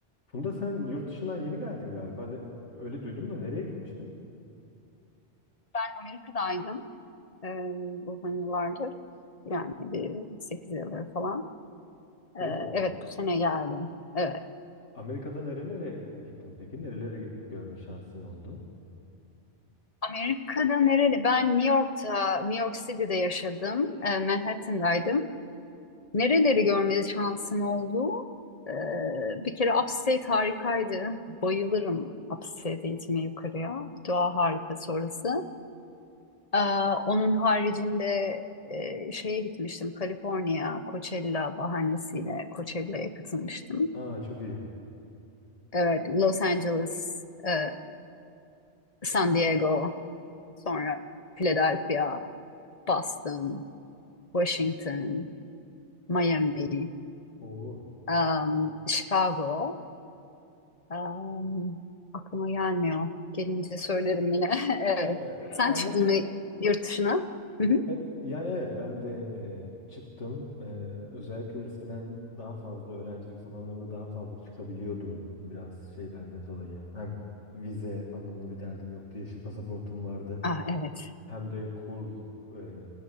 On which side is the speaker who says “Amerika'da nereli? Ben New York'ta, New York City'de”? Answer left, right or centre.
Left